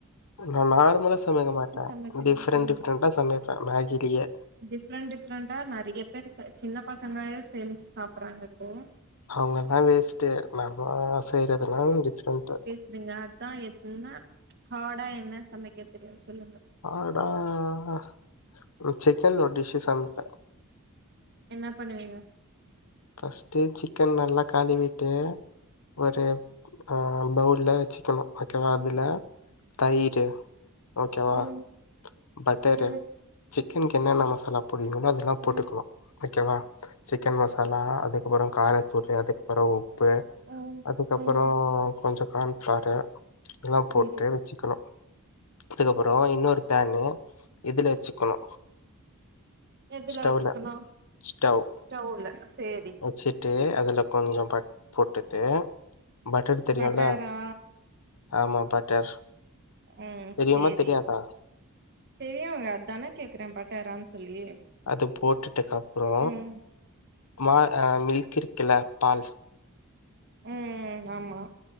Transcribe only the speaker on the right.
சமைப்பீங்க
சொல்லுங்க
டிஃப்ரெண்ட் டிஃப்ரெண்டா நறைய பேர் செ சின்ன பசங்களே செஞ்சு சாப்பறாங்க இப்போ
அப்டிங்ளா அதா எதுன்னா ஹார்டா என்ன சமைக்க தெரியு சொல்லுங்க
என்ன பண்ணுவீங்க
ம்
ம்
ம்
ம்
ம்
செரி
எதுல
வச்சுக்கணு
ஸ்டவ்ல சேரி
பட்டரா
ம்
சேரி
தெரியுங்க அதா கேக்குறே பட்டாரான்னு சொல்லி
ம்
ம் ம் ஆமா